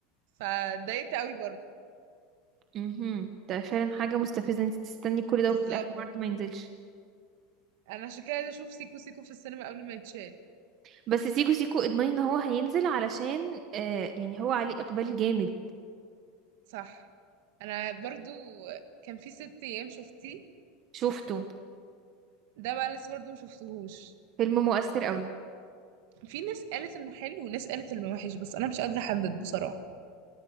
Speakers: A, on the right; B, on the right.
A: فاتضايقت قوي برضو
B: امم ده فعلا حاجة مستفزة انت تستني كل
A: بالظبط
B: ده وفي الاخر برضه ما ينزلش
A: انا عشان كده عايزة اشوف سيكو سيكو في السينما قبل ما يتشال
B: بس سيكو سيكو اضمني ان هو هينزل علشان آه يعني هو عليه اقبال جامد
A: صح انا برضو كان في ست ايام شفتيه
B: فشوفته
A: ده بقى لسه برضو مشفتهوش
B: فيلم مؤثر قوي
A: في ناس قالت انه حلو وناس قالت انه وحش بس انا مش قادرة احدد بصراحة